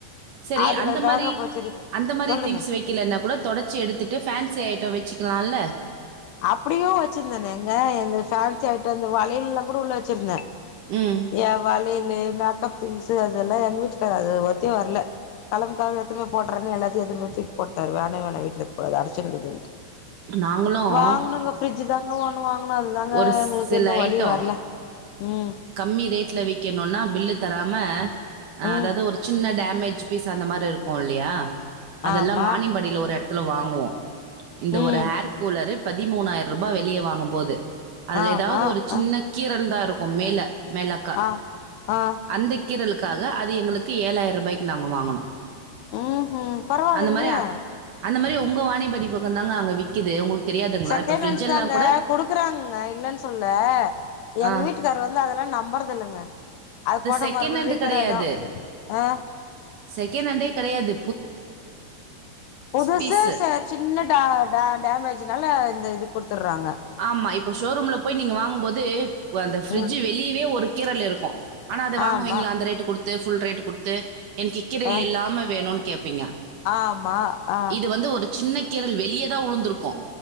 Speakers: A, on the right; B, on the left.
A: செரி
B: அதுல
A: அந்த மாரி
B: தாங்க போய்
A: அந்த மாரி
B: சொல்லுங்க
A: திங்ஸ் வெக் கீலன கூட தொடச்சி எடுத்துட்டு ஃபோன்சி ஐட்டோ வெச்சுக்கலால்ல
B: அப்புடியு வெச்சிருந்தனேங்க எந்து ஃபான்சி ஐட்டம் இந்த வளையலெல்லா கூட உள்ள வெச்சிருந்தே
A: ம்
B: ஏ வளையலு மேக்கப் திங்ஸ் அதெல்லா எங்க வீட்டுக்கார அது ஒத்தே வர்ல களம்ப் கெலம்புனு எத்துனு போய் போட்டர்ரன்னு எல்லாத்தியு எத்துனுபோய் போட்டாரு வேனவேனா வீட்ல இருக் கூடாது அச்சுனுக்கிதுன்ட்டு
A: நாங்களும்
B: வாங்கணுங்க ஃபிரிட்ஜ்ஜிதா எங்க ஒண்ணு வாங்கனா அதுதாங்க
A: ஒரு
B: எங்களுக்கு
A: சில
B: இன்னு வழி
A: ஐட்டம்
B: வர்ல ம்
A: கம்மி ரேட்ல விக்கணுன்னா பில்லு தராம
B: ம்
A: அதாவது ஒரு சின்ன டேமேஜ் பீஸ் அந்த மாரி இருக்கு இல்லையா அதெல்லா
B: ஆமா
A: வாணியம்பாடியில ஒரு எடத்து துல வாங்குவோ இந்த
B: ம்
A: ஒரு ஹேர் கூலரு பதிமூணாயிர் ரூபா வெளியே வாங்கும்போது அதில
B: ஆமா
A: ஏதாவது ஒரு சின்ன
B: அ
A: கீரல் தா இருக்கு மேலே மேலக்கா
B: ஆ ஆ
A: அந்த கீ கீரலுக்காக அது எங்களுக்கு ஏழாயிர் ரூபாய்க்கு நாங்க வாங்கனோ
B: ம் ம் பரவால்லைங்களே
A: அந்த மாரி அந்த மாரி உங்க வாணியம்பாடி பக்கம் தாங்க அங்க விக்கிது உங்களுக்கு தெரியாதுங்களா
B: செகண்ட்
A: இப்ப ஃபிரிட்ஜெல்லா
B: ஹேண்ட்ஸ் தாங்க
A: கூட
B: குடுக்குறாங்கங்க இல்லன்னு சொல்ல எங்
A: ஆ
B: வீட்டுக்காரு வந்து அதெல்லா நம்பறது இல்லங்க அது போனா
A: செகண்ட்
B: மறுபடிய
A: ஹேண்ட்
B: ரிப்பேர்
A: கெடையாது.
B: ஆயிடு அ
A: செகண்ட் ஹாண்டே கெடையாது
B: புதுசு
A: பீஸு
B: ச சின்ன டே டே டேமேஜ்னால இந்த இது குட்த்துற்றாங்க
A: ஆமா இப்ப ஷோரூம்ல போய் நீங்க வாங்கும் போது அந்த ஃபிரிட்ஜு
B: ம்
A: வெளியவே ஒரு கீரல் இருக்கு ஆனா அத வாங்குவீங்களா
B: ஆமா
A: அந்த ரேட்டு குடுத்து ஃபுல் ரேட்டு குடுத்து எனக்கு கீரல்
B: ஆ
A: இல்லாம வேணுன்னு கேப்பீங்க
B: ஆமா ஆ
A: இது வந்து ஒரு சின்ன கீரல் வெளியேதா உழுந்துருக்கு